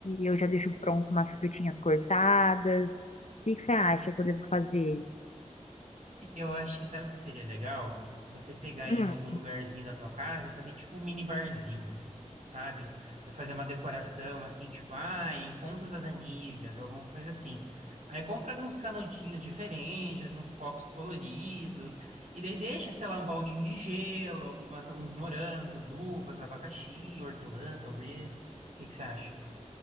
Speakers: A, on the left (about 60°); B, on the right (about 70°).
A: eu já deixo pronto umas frutinhas cortadas? O que que você acha que eu devo fazer?
B: Eu acho que sabe o que seria legal? Você pegar
A: Hum,
B: em algum lugarzinho da tua casa e fazer tipo um mini barzinho, sabe? Fazer uma decoração assim, tipo, ah, encontro das amigas, alguma coisa assim. Aí compra alguns canudinhos diferentes, uns copos coloridos, e daí deixa, sei lá, um baldinho de gelo, algumas, uns morangos, uvas, abacaxi, hortelã, talvez. O que que você acha?